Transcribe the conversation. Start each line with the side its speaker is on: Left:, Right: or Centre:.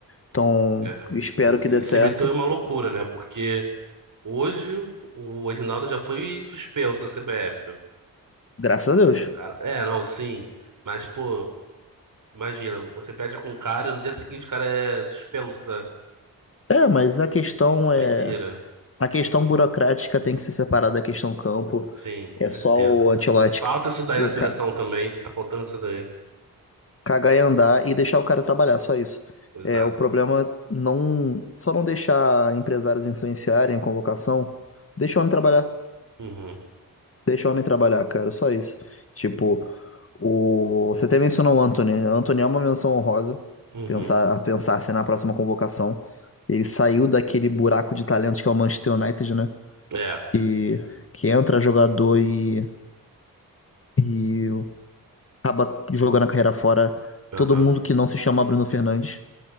Left: Então,
Right: é.
Left: espero
Right: E, se-
Left: que dê
Right: e
Left: certo.
Right: se meteu em uma loucura, né? Porque hoje o Edinaldo já foi suspenso da CBF.
Left: Graças a Deus.
Right: Cara, é, não, sim. Mas, pô, imagina, você fecha com o cara e no dia seguinte o cara é suspenso da
Left: É, mas a questão
Right: doideira.
Left: é A questão burocrática tem que ser separada da questão campo.
Right: Sim, com
Left: É
Right: certeza.
Left: só o Ancelotti
Right: Falta isso daí
Left: que
Right: na
Left: é
Right: seleção
Left: ca-
Right: também. Tá faltando isso daí.
Left: cagar e andar e deixar o cara trabalhar, só isso.
Right: Exato.
Left: É, o problema não, só não deixar empresários influenciarem a convocação. Deixa o homem trabalhar,
Right: Uhum,
Left: deixa o homem trabalhar, cara, só isso. Tipo, o, você até mencionou o Antony. O Antony é uma menção honrosa,
Right: uhum.
Left: pensar, a pensar se na próxima convocação. Ele saiu daquele buraco de talentos que é o Manchester United, né?
Right: É,
Left: Que, que entra jogador e E acaba jogando a carreira fora
Right: aham.
Left: todo mundo que não se chama Bruno Fernandes.